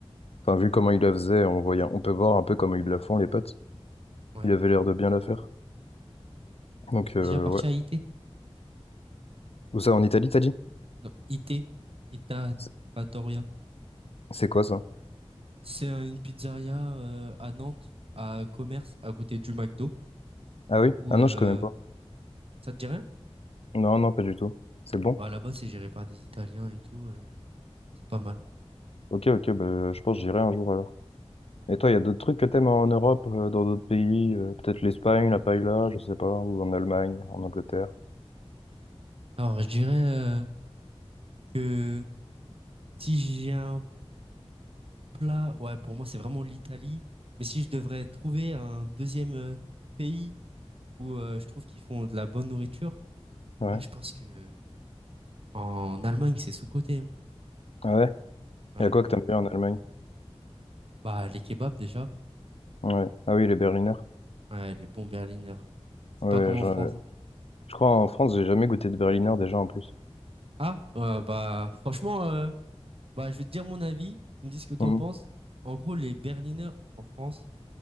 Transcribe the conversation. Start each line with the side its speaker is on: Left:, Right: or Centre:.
Left: Enfin, vu comment ils la faisaient, on voyait, on peut voir un peu comment ils la font, les pâtes.
Right: ouais.
Left: Il avait l'air de bien la faire. Donc,
Right: Et t'es
Left: euh,
Right: déjà parti
Left: ouais.
Right: à IT?
Left: Où ça, en Italie, t'as dit?
Right: Non, IT, Ita
Left: C'est
Right: Trattoria.
Left: c'est quoi ça?
Right: C'est un- une pizzeria euh, à Nantes, à Commerce, à côté du McDo.
Left: Ah oui?
Right: Où
Left: Ah
Right: euh,
Left: non, je connais pas.
Right: ça te dit rien?
Left: Non, non, pas du tout. C'est bon?
Right: Bah là-bas, c'est géré par des Italiens et tout. euh, c'est pas mal.
Left: Ok, ok, bah, je pense que j'irai un jour alors.
Right: Ouais.
Left: Et toi, il y a d'autres trucs que t'aimes en Europe, euh, dans d'autres pays? euh, peut-être l'Espagne, la paella, je sais pas, ou en Allemagne, en Angleterre?
Right: Alors, je dirais euh, que si j'ai un plat, ouais, pour moi, c'est vraiment l'Italie. Mais si je devrais trouver un deuxième euh, pays où euh, je trouve qu'ils font de la bonne nourriture,
Left: Ouais.
Right: ouais, je pense que en Allemagne, c'est sous-coté. hein.
Left: Ouais,
Right: Ouais.
Left: Il y a quoi que t'aimes bien en Allemagne?
Right: Bah, les kebabs déjà,
Left: Ouais. Ah oui, les Berliner.
Right: ouais, les bons Berliner. C'est
Left: Ouais,
Right: pas comme
Left: je,
Right: en France. hein.
Left: je crois en France, j'ai jamais goûté de Berliner déjà en plus.
Right: Ah, ouais, bah, franchement, euh, bah, je vais te dire mon avis. Tu me dis ce que t'en
Left: Mhm.
Right: penses. En gros, les Berliners en France,